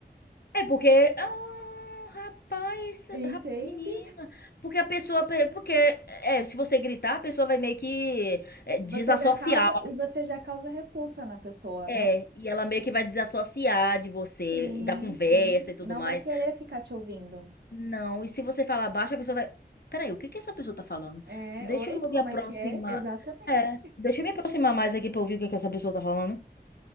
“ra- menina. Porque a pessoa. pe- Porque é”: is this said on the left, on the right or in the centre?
Left